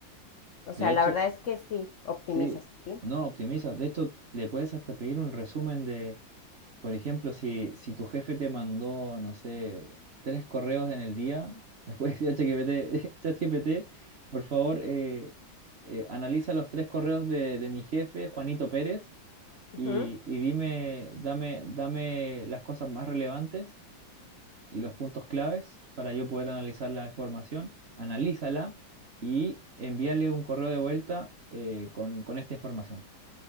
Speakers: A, on the left (about 70°); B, on the right (about 45°).
A: o sea,
B: De hecho,
A: la verdad es que sí, optimizas
B: sí,
A: tiempo.
B: no optimiza. De hecho, le puedes hasta pedir un resumen de Por ejemplo, si, si tu jefe te mandó, no sé, tres correos en el día, <laughs> después de ChatGPT, <laughs> ChatGPT, por favor, eh, eh, analiza los tres correos de, de mi jefe, Juanito Pérez,
A: Ujú.
B: y, y dime, dame, dame las cosas más relevantes y los puntos claves para yo poder analizar la información. Analízala y envíale un correo de vuelta eh, con, con esta información.